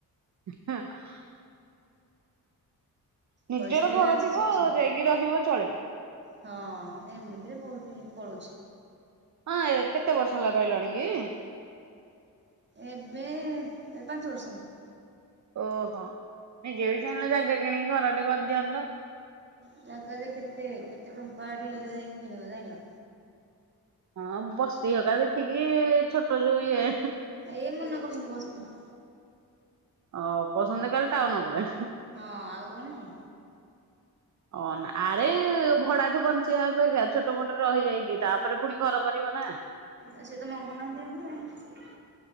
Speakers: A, on the right (about 50°); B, on the right (about 30°).
A: <inaudible> ନିଜର
B: ପଇସା ଢେରେ
A: ଘର
B: ଆସୁଛି
A: ଥିବ ଯାଇକି ରହିବ ଚଳିବ।
B: ହଁ ଏମିତିରେ ବହୁତ ହି ପଳଉଛି।
A: ହଁ ଏ କେତେ ବର୍ଷ ହେଲା ରହିଲଣି କି?
B: ଏବେ ଏଇ ପାଞ୍ଚ ବର୍ଷ ହେଲା।
A: ଓହୋଃ, ନିଜେ ବି ଚାହିଁଲେ ଜାଗା କିଣିକି ଘରଟେ କରିଦିଅନ୍ତ।
B: ଜାଗା ଯେ କେତେ, କେତେ ଟଙ୍କା ଏଠି ହେଲେ ଯାଇକି କିଣିବ ଜାଇଁଲ।
A: ହଁ ବସ୍ତି ହେକା ଦେଖିକି ଛୋଟ ଯୋଉ ଇଏ
B: ଏ ମନା କରୁଛନ୍ତି ବସ୍ତି।
A: ଅ କହୁସନି ଏ ଖାଲି ଟାଉନ ଉପରେ?
B: ହଁ ଆଉ କଣ କି?
A: ଅନ ଆରେ ଭଡାଠୁ ବଞ୍ଚେଇବା ଅପେକ୍ଷା ଛୋଟ ଛୋଟୋ ମୋଟୋ ରହିଯାଇକି ତାପରେ ଫୁଣି ଘର କରିବ ନା।
B: ଆ ସେ ତ ମଙ୍ଗୁନାହାନ୍ତି ଏମିତି ଆଉ।